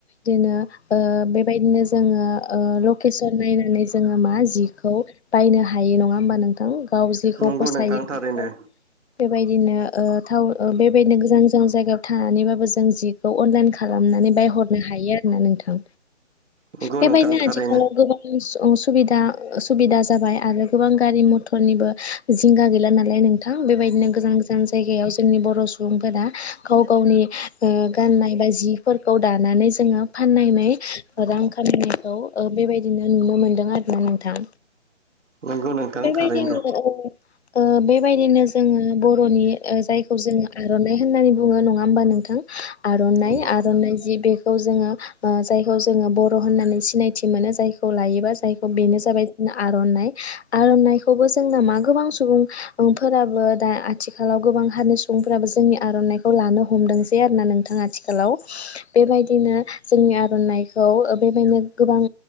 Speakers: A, on the left; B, on the right.
A: बेबायदिनो ओ बेबायदिनो जोङो ओ लकेसन नायनानै जोङो मा जिखौ बायनो हायो नङा होमबा नोंथां गाव जेखौ
B: नंगौ
A: फसायो
B: नोंथां थारैनो
A: बेखौ बेबायदिनो ओ टाउन बेबायदिनो गोजान गोजान जायगायाव थानानैबाबो जों जिखौ अनलाइन खालामनानै बायहरनो हायो आरोना नोंथां
B: नंगौ
A: बेबायदिनो
B: नोंथां थारैनो
A: आथिखालाव गोबां <unintelligible> सुबिदा सुबिदा जाबाय आरो गोबां गारि मथरनिबो जिंगा गैला नालाय नों थां बेबायदिनो गोजान गोजान जायगायाव जोंनि बर' सुबुंफोरा गाव गावनि ओ गाननाय बा जिफोरखौ दानानै जोङो फाननायनै रां खामायनायखौ ओ बेबायदिनो नुनो मोन्दों आरोना नोंथां।
B: नंगौ नोंथां
A: बेबायदिनो
B: थारैनो
A: ओ ओ बेबायदिनो जोङो बर'नि ओ जायखौ जोङो आर'नाइ होननानै बुङो नङा होमबा नोंथां आर'नाइ
B: नंगौ नोंथां
A: आर'नाइ
B: थारैनो
A: जि बेखौ जोङो ओ जायखौ जोङो बर' होननानै सिनायथि मोनो जायखौ लायोबा जायखौ बेनो जाबाय जोंना आर'नाइ आर'नाइखौबो जोंना मा गोबां सुबुंफोराबो दा आथिखालाव गो बां हारिनि सुबुंफ्राबो जोंनि आर'नाइखौ लानो हमदोंसै आरोना नों थां आथिखालाव बेबायदिनो जोंनि आर'नाइखौ बेबायदिनो